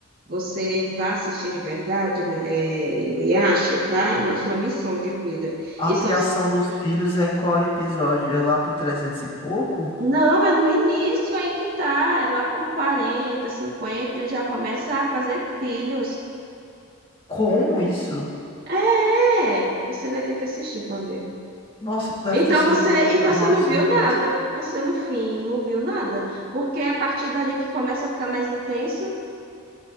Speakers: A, on the right; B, on the left.
A: Você vai assistir de verdade, né, é, Inuyasha, tá? É uma sua missão de vida.
B: A
A: E
B: criação
A: são,
B: dos filhos é em qual episódio? É lá pro 300 e pouco?
A: Não, é no início aí que tá, é lá pelo 40, 50 ele já começa a fazer filhos.
B: Como isso?
A: É, você vai ter que assistir pra ver.
B: Nossa, deve
A: Então
B: ter sido
A: você,
B: então. pro-
A: então
B: Nossa,
A: você não viu
B: meu
A: nada,
B: Deus.
A: você no fim não viu nada, porque é a partir dali que começa a ficar mais intenso.